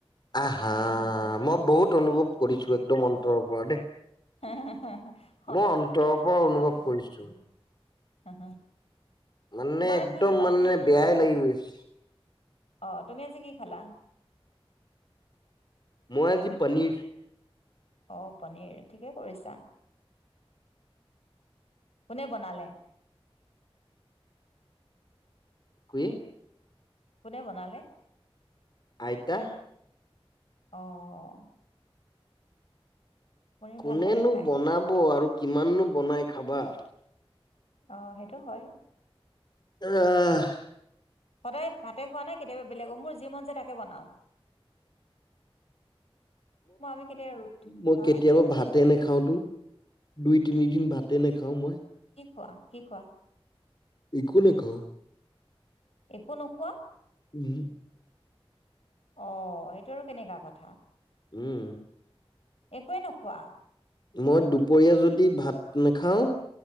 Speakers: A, on the left; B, on the left.
A: আহ হা
B: এ সেইটো
A: মই বহুত অনুভৱ কৰিছো একদম অন্তৰৰ পৰা দেই
B: হা হা হা হা
A: মই অন্তৰৰ পৰা অনুভৱ কৰিছোঁ।
B: অ হা
A: মানে
B: তোমাৰ
A: একদম
B: কি হলা
A: মানে
B: আজি কি
A: বেয়াই
B: খালা
A: লাগি গৈছে
B: অ তুমি আজি কি খালা?
A: মই আজি পনীৰ
B: অ পনীৰ ঠিকে কৰিছা কোনে বনালে?
A: <unintelligible>
B: কোনে বনালে?
A: আইতা
B: অঁ পনীৰ
A: কোনেনো
B: ভাল লাগে খাই
A: বনাব আৰু কিমাননো বনাই খাবা
B: অ সেইটো হয়
A: <inaudible>
B: সদায় ভাতে খোৱা নাই কেতিয়াবা বেলেগ অ মোৰ যি মন যায় তাকে বনাও। মই আমি কেতিয়াবা ৰুটি
A: মই
B: হা
A: কেতিয়াবা ভাত ভাতে নাখাওঁতো দুই তিনিদিন ভাতে নেখাওঁ মই
B: কি খোৱা কি খোৱা?
A: একো নেখাওঁ
B: একো নোখোৱা?
A: উম হম
B: অ সেইটো আৰু কেনেকা কথা-
A: উম
B: একোৱে নোখোৱা -
A: মই দুপৰীয়া যদি ভাত নাখাওঁ